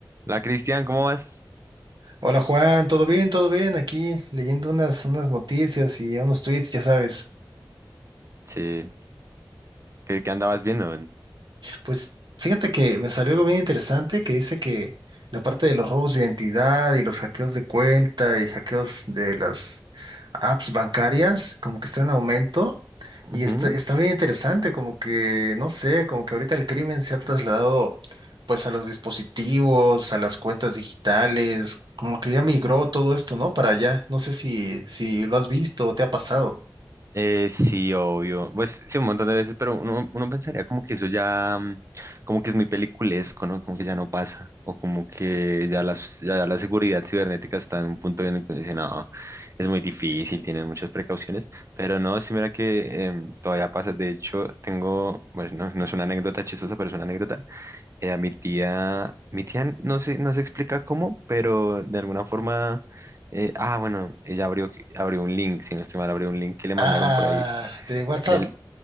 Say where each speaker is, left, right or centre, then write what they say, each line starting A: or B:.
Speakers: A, on the right; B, on the right.
A: La Cristian, ¿cómo vas?
B: Hola Juan, ¿todo bien? ¿Todo bien? Aquí leyendo unas, unas noticias y unos tweets, ya sabes.
A: Sí, ¿qué, qué andabas viendo?
B: Pues fíjate que me salió algo bien interesante que dice que la parte de los robos de identidad y los hackeos de cuenta y hackeos de las apps bancarias como que está en aumento
A: Ujú.
B: y está, está bien interesante como que no sé, como que ahorita el crimen se ha trasladado pues a los dispositivos, a las cuentas digitales, como que ya migró todo esto, ¿no? Para allá. No sé si, si lo has visto o te ha pasado.
A: Eh, sí, obvio. Pues sí, un montón de veces, pero uno, uno pensaría como que eso ya, mm, como que es muy peliculesco, ¿no? Como que ya no pasa, o como que ya la, s- ya la seguridad cibernética está en un punto en el que uno dice, no, es muy difícil, tienen muchas precauciones, pero no, sí, mira que em, todavía pasa. De hecho, tengo, bueno, no, no es una anécdota chistosa, pero es una anécdota. Eh, a mi tía, mi tía no se, no se explica cómo, pero de alguna forma, eh, ah, bueno, ella abrió, abrió un link, si no estoy mal, abrió un link que le
B: Ah,
A: mandaron por ahí
B: de WhatsApp.
A: del,